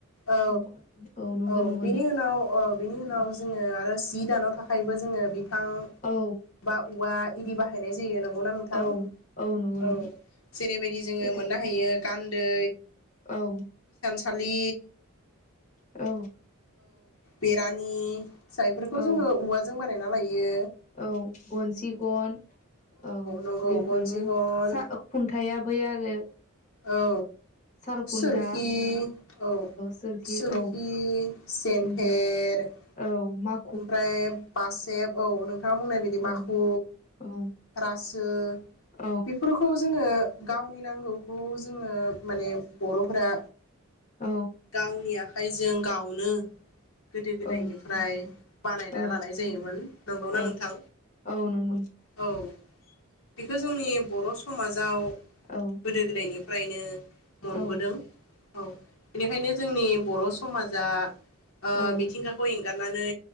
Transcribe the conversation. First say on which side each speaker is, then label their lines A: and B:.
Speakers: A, on the left; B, on the left.
A: औ
B: औ नंगौ
A: औ
B: नंगौ
A: बिनि उनाव औ बिनि
B: नोंथां
A: उनाव जोङो आरो जि दानो थाखायबो जोङो बिफां
B: औ
A: बा औवा इदि बाहायनाय जायो न नंगौना नोंथां
B: औ नंगौ
A: औ
B: नोंथां
A: जेरैबायदि जोङो
B: सैथो
A: मोननो हायो गान्दै
B: औ।
A: खालि
B: औ।
A: बेरानि फिसायफोरखौ
B: औ
A: जोङो औवाजों बानायना लायो।
B: औ गनसि गन औ
A: नंगौ
B: बेफोरबो
A: गनसि गन
B: सा ओ खुन थाया बै आरो
A: औ।
B: साल खुन्था
A: सुरखि औ
B: सोरखि
A: सुरखि,
B: औ
A: जेन्थेर,
B: उम औ मा
A: ओमफ्राय बासेब औ नों नोंथाङा बुंनाय बायदि माखु,
B: औ औ
A: रासो
B: औ
A: बेफोरखौ जोङो गावनि नांगौखौ जोङो माने बर'फोरा
B: औ
A: गावनि आखाइजों गावनो गोदो गोदायनिफ्राय
B: औ
A: बानायना
B: औ
A: लानाय जायोमोन। नंगौना
B: औ
A: नोंथां?
B: औ नंगौ
A: औ औ बेखो जोंनि बर' समाजाव
B: औ
A: गोदो गोदायनिफ्रायनो मोनबोदों।
B: औ
A: औ बेनिखायनो जोंनि बर' समाजा ओ
B: औ
A: मिथिंगाखौ एंगारनानै